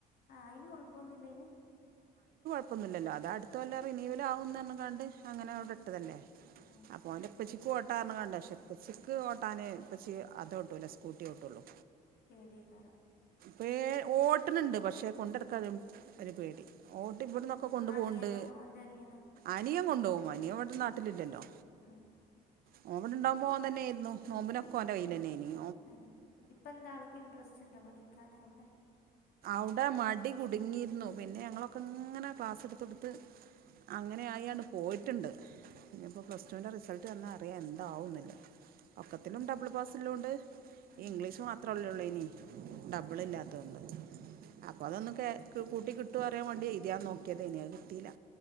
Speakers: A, on the left; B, on the right.
A: ആ അയിന് കൊഴപ്പൊന്നുല്ലേന്
B: പ്പൊന്നുല്ലല്ലോ അതട്തൊല്ലം റിനീവൽ ആകുന്നർഞ്‌ക്കാണ്ട് അങ്ങനെ അവ് ടെട്ടതല്ലേ.
A: ആ
B: അപ്പൊന്റപ്പച്ചി ക്ക് ഓട്ടാർഞ്ക്കാണ്ട് ക്ഷേ ഇപ്പ ച്ചിക്ക് ഓട്ടാന് ഇപ്പ ച്ചി അത് ട്ടൂല സ്കൂട്ടി ഓട്ടൊള്ളു.
A: പേടിയക്കാരം
B: പേ ഓട്ട്ണ് ണ്ട് പക്ഷെ കൊണ്ടടക്കാന് ഒരു പേ ഓട്ടി വ്ട്ന്നൊക്ക കൊണ്ടു
A: അനിയനോ
B: പോണ്ട്
A: ഓൻ്റെ അനിയനോ
B: അനിയൻ കൊണ്ടോകും. വനിയ വടെ നാട്ടിലില്ലല്ലോ.
A: ഉം
B: ഓം വടെണ്ടാകുമ്പോ ഓം തന്നെര്ന്നു. നോമ്പിനൊക്കെ
A: ഉം,
B: ഓന്റയ്യ്ല് തന്നാനിം.
A: ആ ഇപ്പ ന്താ ആൾക്ക് ഇൻഡ്രസ്റ്റ് ണ്ടാ പഠിക്കാന അവ്ടെ.
B: ഔട മടി കുടുങ്ങിരുന്നു. പിന്നെ ഞങ്ങളൊക്കെ ങ്ങനെ ക്ലാസ്ട്ത്തോട്ത്ത് അങ്ങനെ ആയി ആണ്ട് പോയിട്ട് ണ്ട്. ഇനിപ്പോ പ്ലസ് ടുൻ്റെ റിസൾട്ട് വന്നാ അറിയാ എന്താകുന്നുള്ളത്. ഒക്കത്തിലും
A: ഉം,
B: ഡബിൾ പാസ്സള്ളോണ്ട്
A: ഉം,
B: ഇംഗ്ലീഷ് മാത്രം ഒല്ലോള്ളേനി ഡബ്ള്
A: ഉം,
B: ഇല്ലാത്തോണ്ട്
A: ഉം.
B: അപ്പൊ അതൊന്ന് കേക്ക് കൂട്ടി കിട്ടോ അറിയാം മാണ്ടി എഴുത നോക്കിയതേന് അത് കിട്ടീല്ല